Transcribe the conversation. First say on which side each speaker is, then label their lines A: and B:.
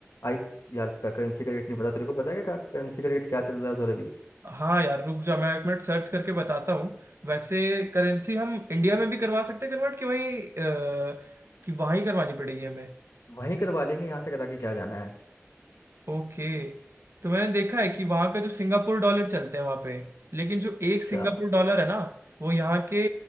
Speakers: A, on the left (about 70°); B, on the right (about 60°).
A: आई यार इसका करेंसी का रेट नहीं पता तेरे को पता है क्या करेंसी का रेट क्या चल रहा है उधर अभी
B: हाँ यार रुक जा मैं एक मिनट सर्च करके बताता हूँ वैसे करेंसी हम इंडिया में भी करवा सकते हैं कन्वर्ट कि वहीं अ, कि वहाँ ही करवानी पड़ेगी हमें
A: वहीं करवा लेंगे यहाँ से करा के क्या जाना है
B: ओके तो मैंने देखा है कि वहां का जो सिंगापुर डॉलर चलते हैं वहां पे लेकिन जो एक
A: अच्छा
B: सिंगापुर डॉलर है ना वो यहाँ के